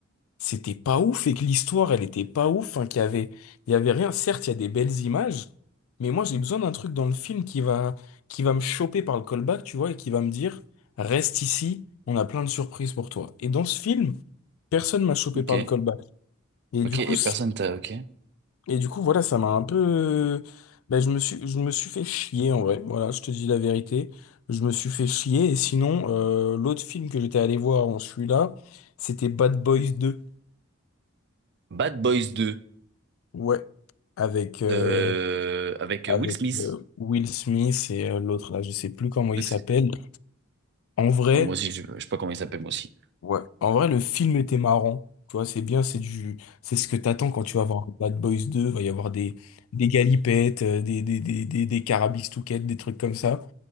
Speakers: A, on the left; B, on the right.
A: c'était pas ouf et que l'histoire, elle était pas ouf, hein, qu'il y avait, il y avait rien. Certes, il y a des belles images, mais moi, j'ai besoin d'un truc dans le film qui va, qui va me choper par le callback, tu vois, et qui va me dire, reste ici, on a plein de surprises pour toi. Et dans ce film, personne m'a chopé
B: ok,
A: par le callback. Et
B: ok,
A: du coup,
B: et personne t'a... Ok.
A: et du coup, voilà, ça m'a un peu... Ben, je me suis, je me suis fait chier, en vrai. Voilà, je te dis la vérité. Je me suis fait chier. Et sinon, euh, l'autre film que j'étais allé voir en celui-là, c'était Bad Boys deux
B: Bad Boys 2
A: Ouais. Avec, euh,
B: euh, avec
A: avec
B: euh, Will Smith.
A: euh, Will Smith et euh, l'autre, là, je sais plus comment il
B: Donc,
A: s'appelle.
B: c'est-
A: En vrai,
B: oh, moi aussi, je, je sais pas comment il s'appelle, moi aussi.
A: ouais. En vrai, le film était marrant. Tu vois, c'est bien, c'est du... C'est ce que t'attends quand tu vas voir Bad Boys deux Il va y avoir des, des galipettes, euh, des, des, des, des, des carabistouquettes, des trucs comme ça.